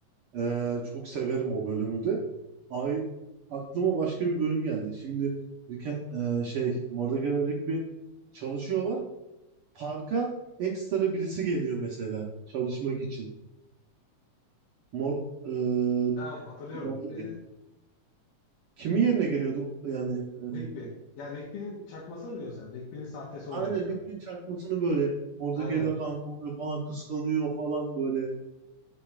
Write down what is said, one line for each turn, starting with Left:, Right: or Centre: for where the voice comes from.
Right: Ee, çok severim o bölümü de. Ay, aklıma başka bir bölüm geldi. Şimdi Rick, e, şey Mordecai ve Rigby çalışıyorlar. Parka ekstra birisi geliyor mesela çalışmak için. Mor, e,
Left: Ha hatırlıyorum.
Right: Mordecai-
Left: E,
Right: kimin yerine geliyordu yani e,
Left: Rigby. Yani Rigby'nin çakmasını biliyorsun sen. Rigby'nin sahtesi oluyor
Right: aynen
Left: hatta.
Right: Rick'in çakmasını böyle Mordecai'yle
Left: Aynen.
Right: kanka oluyor falan kıskanıyor falan böyle.